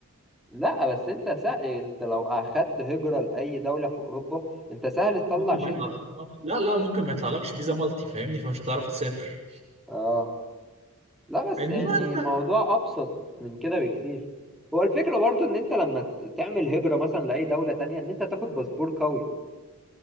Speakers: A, in the centre; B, on the right (about 30°).
A: لا بس انت سهل انت لو اخدت هجرة لاي دولة في اوروبا انت سهل تطلع
B: ممكن
A: شنجن
B: ما يطلع ممكن... لا لا ممكن ما يطلعلكش فيزا مالتي فاهمني فمش هتعرف تسافر
A: اه لا بس
B: انما
A: يعني
B: انت لا،
A: موضوع ابسط من كده بكتير هو الفكرة برضو ان انت لما ت- تعمل هجرة مثلا لاي دولة تانية ان انت تاخد باسبور قوي